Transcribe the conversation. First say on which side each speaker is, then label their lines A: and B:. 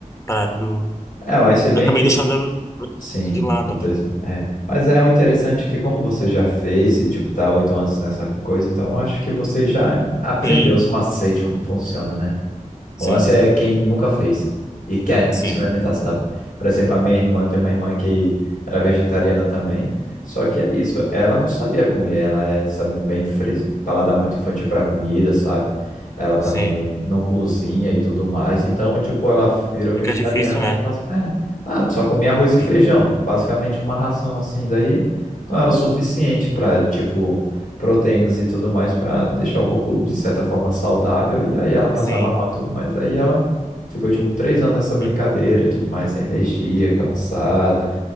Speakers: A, on the left (about 20°); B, on the left (about 80°).
A: pra área do.
B: É, mas se bem
A: Acabei
B: que
A: deixando
B: Sim,
A: de lado,
B: no turismo.
A: né?
B: É. Mas é o interessante que como você já fez e tipo tá há oito anos nessa coisa, então eu acho que você já aprendeu
A: Sim,
B: os macetes como funciona, né?
A: sim,
B: O lance é quem nunca fez e quer
A: sim,
B: experimentar, sabe? Por exemplo, a minha irmã tem uma irmã que era vegetariana também, só que é isso, ela não sabia comer, ela é, sabe, bem fres... paladar muito infantil para comida, sabe? Ela também
A: sim.
B: não cozinha e tudo mais, então, tipo, ela virou vegetariana
A: Fica difícil, né?
B: e faz... é, ah, só comia arroz e
A: Sim,
B: feijão, basicamente uma ração assim, daí não era o suficiente para, tipo proteínas e tudo mais para deixar o corpo de certa forma saudável e aí ela passava
A: sim,
B: mal e tudo mais. Daí ela ficou tipo três anos nessa brincadeira,
A: sim,
B: e tudo mais, sem energia, cansada